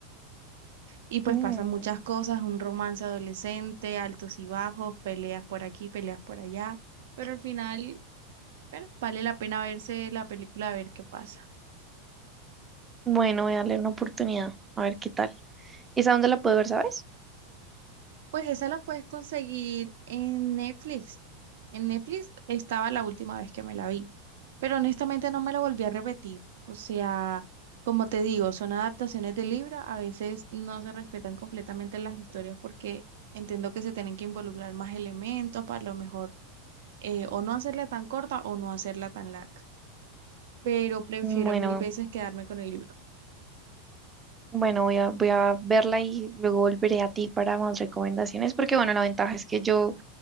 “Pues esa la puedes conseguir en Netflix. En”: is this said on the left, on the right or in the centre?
Right